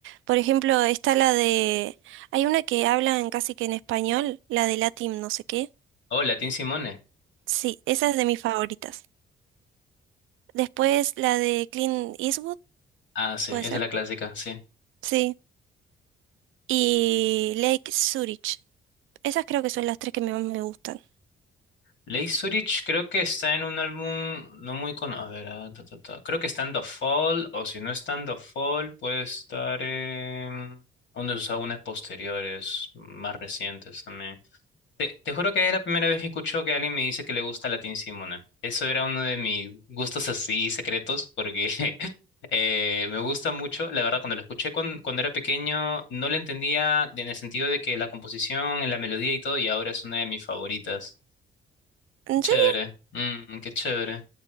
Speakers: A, on the right; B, on the left.
A: Por ejemplo, está la de... Hay una que hablan casi que en español, la de Latin no sé qué.
B: Hola, Latín Simone.
A: Sí, esa es de mis favoritas. Después la de Clint Eastwood,
B: Ah, sí,
A: ¿puede
B: esa
A: ser?
B: es la clásica, sí.
A: Sí. Y Lake Zurich. Esas creo que son las tres que me- más me gustan.
B: Lay Zurich creo que está en un álbum no muy conocido. A ver, ah, ta, ta, ta. Creo que está en The Fall, o si no está en The Fall, puede estar en uno de sus álbumes posteriores, más recientes también. Te, te juro que es la primera vez que escucho que alguien me dice que le gusta Latin Simona. Eso era uno de mis gustos así secretos, porque <laughs> eh, me gusta mucho. La verdad, cuando lo escuché cuan- cuando, era pequeño, no lo entendía en el sentido de que la composición, la melodía y todo, y ahora es una de mis favoritas.
A: En
B: Qué chévere.
A: serio,
B: Mm, qué chévere.